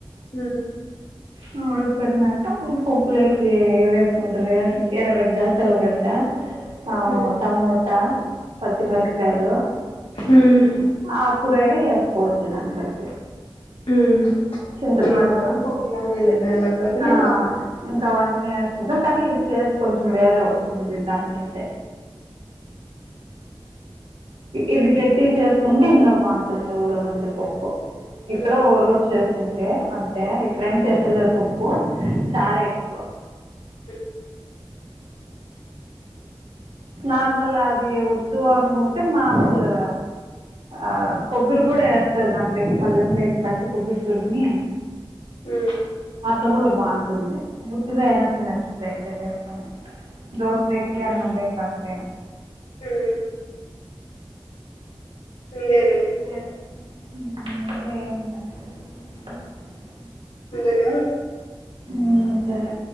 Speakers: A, on the left; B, on the right.
A: ఉ
B: ఆ ఉడకుపట్నాక పప్పులేకి వేసుకుంట్రి కదా ఎరగడ్డ తలగడ్డ అ
A: ఉమ్
B: టమోటా పచ్చిమిరకాయలు
A: ఉమ్
B: ఆకురైన వేసుకోవచ్చు దాంట్లోకి
A: ఊమ్
B: చింతపండు
A: మామూలు పప్పులాగే లే మేలాకు బలెం
B: ఆ
A: కాదు
B: ఇంకా అవన్నీ వేస్తుకొంటాం కానీ ఇది టేస్ట్ కొంచెం వేరే వస్తుంది దానికంటే ఇది గట్టిగా చేసుకుంటే ఇంకా బాగుంటుంది ఉలవల్ది పప్పు ఇక్కడ
A: హ్మ్
B: ఓ రోజు అంటే అంతే ఇక్కడేం చేస్తలేదు పప్పు చారె ఎక్కువ
A: ఉమ్
B: నార్మల్ అది వద్దు అనుకుంటే మామూలు ఆ కొబ్బరి కూడా వేస్తారు దాంట్లోకి పల్లెం లోకి పచ్చి కొబ్బరి తురిమి
A: ఊమ్
B: అట్లా కూడా బాగుంటుంది ఉత్తిగా అయినా తినొచ్చు ప్లేట్లోకి వేసుకొని దోస లోకి అన్నం లోకి అట్లయిన
A: హుమ్ ఇంగేమి
B: ఇంకేంటి ఊమ్ ఇంకేంలే
A: అంతేనా <inaudible>
B: ఊమ్ సరే